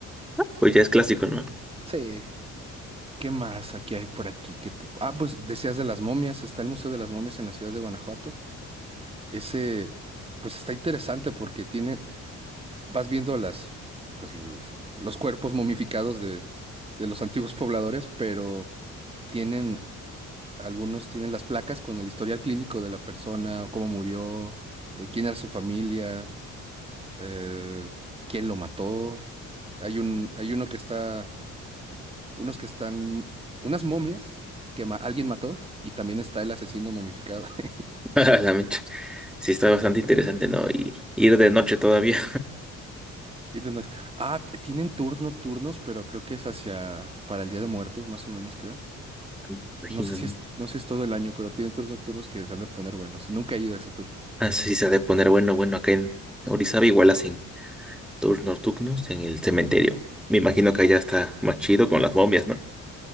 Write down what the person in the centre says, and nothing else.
pues ya es clásico, ¿no?
<laughs> A La mecha. Sí, está bastante interesante, ¿no? Y ir de noche todavía,
<laughs> imagino.
Así se ha de poner bueno, bueno, acá en Orizaba igual hacen turnos nocturnos en el cementerio. Me imagino que allá está más chido con las momias, ¿no?